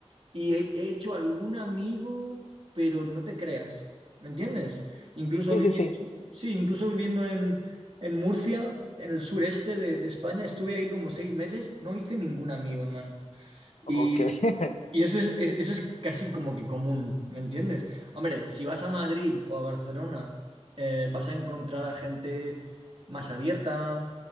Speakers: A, on the right (about 55°); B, on the left (about 85°).
A: y he, he hecho algún amigo, pero no te creas, ¿me entiendes? Incluso
B: Sí,
A: viviendo,
B: sí, sí.
A: sí, incluso viviendo en, en Murcia, en el sureste de, de España, estuve ahí como seis meses, no hice ningún amigo, hermano.
B: Ok.
A: Y,
B: <laughs>
A: y eso es, es- eso es casi como que común, ¿me entiendes? Hombre, si vas a Madrid o a Barcelona, eh, vas a encontrar a gente más abierta,